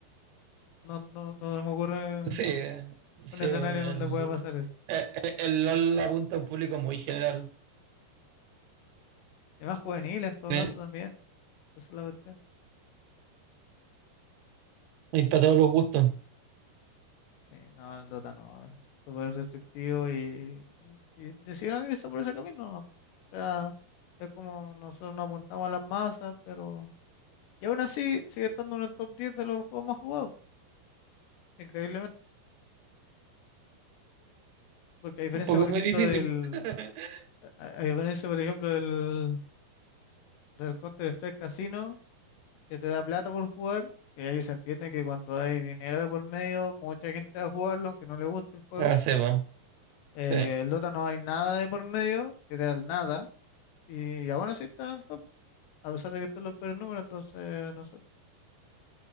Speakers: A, on the left (about 80°); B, on the right (about 75°).
A: No, no, no se me ocurre
B: Sí, sí,
A: un escenario
B: el,
A: en donde pueda pasar eso.
B: el, el LOL apunta a un público muy general.
A: Es más juvenil en todo
B: Eh,
A: caso también. Esa es la cuestión.
B: Hay para todos los gustos.
A: Sí, no, el Dota no. Es súper restrictivo y, y decidieron irse por ese camino. ¿no? O sea, es como nosotros nos apuntamos a las masas, pero... Y aún así sigue estando en el top 10 de los juegos más jugados. Increíblemente. Porque a diferencia,
B: Tampoco
A: por
B: es muy
A: ejemplo,
B: difícil.
A: del...
B: <laughs>
A: A a diferencia, por ejemplo, del... Del Counter-Strike Casino que te da plata por jugar, que ahí se entiende que cuando hay dinero de por medio, mucha gente va a jugarlo, aunque no le guste el juego.
B: Ah, sí, po,
A: Eh,
B: sí.
A: el Dota no hay nada de por medio, que te da el nada, y aún así está en el top, a pesar de que están los peores números, entonces no sé.